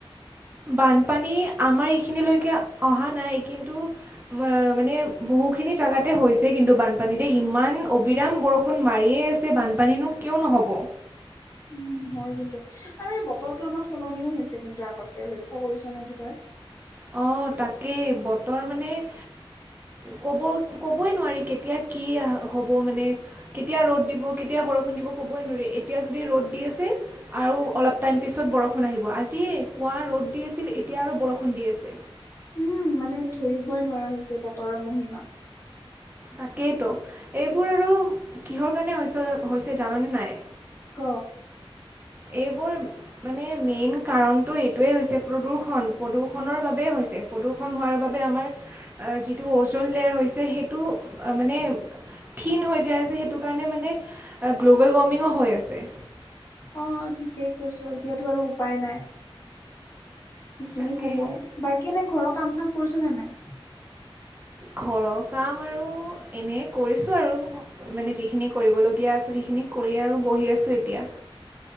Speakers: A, on the right (about 20°); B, on the left (about 30°).
A: বানপানী আমাৰ এইখিনিলৈকে অহা নাই কিন্তু মানে বহুখিনি জাগাতে হৈছে কিন্তু বানপানীতে ইমান অবিৰাম বৰষুণ মাৰিয়েই আছে বানপানীনো কিয় নহ'ব?
B: উম হয় কিন্তু আৰু এই বতৰটো আমাৰ সলনিও হৈছে কিন্তু আগতকে লক্ষ্য কৰিছ নে এইটো তই?
A: অ তাকেই বতৰ মানে অ কব ক'বই নোৱাৰি কেতিয়া কি আ হ'ব মানে কেতিয়া ৰ'দ দিব, কেতিয়া বৰষুণ দিব ক'বই নোৱাৰি এতিয়া যদি ৰ'দ দি আছে আৰু অলপ টাইম পিছত বৰষুণ আহিব আজিয়েই পুৱা ৰ'দ দি আছিল এতিয়া আৰু বৰষুণ ষুণ দি আছে।
B: উম মানে ধৰিবই নোৱাৰা হৈছে বতৰৰ মহিমা।
A: তাকেইতো এইবোৰ আৰু কিহৰ কাৰণে হৈছে হৈছে জাননে নাই?
B: ক
A: এইবোৰ মানে মেইন কাৰণটো এইটোৱেই হৈছে প্ৰদূষণ প্ৰদূষণৰ বাবেই হৈছে। প্ৰদূষণ হোৱাৰ বাবে আমাৰ যিটো অজন লেয়াৰ হৈছে সেইটো মানে থিন হৈ যায় আছে সেইটো কাৰণে মানে গ্ল'বেল ৱাৰ্মিঙো হৈ আছে।
B: অ ঠিকেই কৈছ এতিয়াতো আৰু উপায় নাই। সেইখিনি
A: তাকেই
B: হ'বয়ে, বাকী এনে ঘৰৰ কাম চাম কৰিছ নে নাই?
A: ঘৰৰ কাম আৰু এনেই কৰিছোঁ আৰু। মানে যিখিনি কৰিবলগীয়া আছিল সেইখিনি কৰি আৰু বহি আছোঁ এতিয়া।